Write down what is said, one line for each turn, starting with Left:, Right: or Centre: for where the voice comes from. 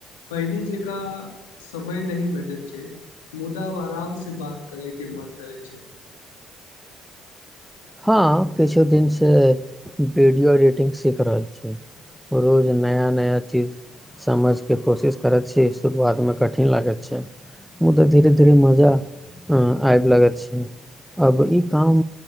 Left: पहिने जेकाँ समय नहि भेटैत छै मुदा आब आरामसँ बात करयके मन करै छै
Centre: हँ किछु दिनसँ वीडियो एडिटिंग सीख रहल छी रोज नया नया चीज समझके कोशिश करैत छी शुरुआतमे कठिन लागैत छै मुदा धीरे धीरे मजा हँ आबि लागैत छै अब ई काम